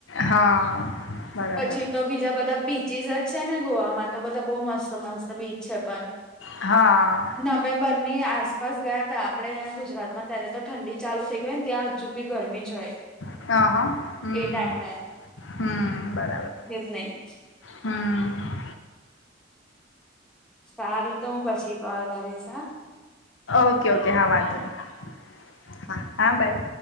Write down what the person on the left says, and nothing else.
હા બરાબર
હા
હ હા હમ
હમ બરાબર
હમ
ઓકે ઓકે હા વાંધો નહી, હા હા હા બાય